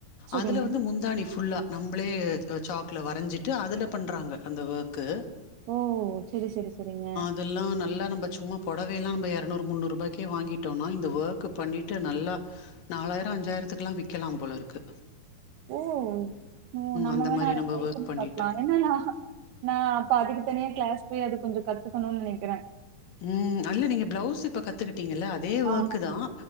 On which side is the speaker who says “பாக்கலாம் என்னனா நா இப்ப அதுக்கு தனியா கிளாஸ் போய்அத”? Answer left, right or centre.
Right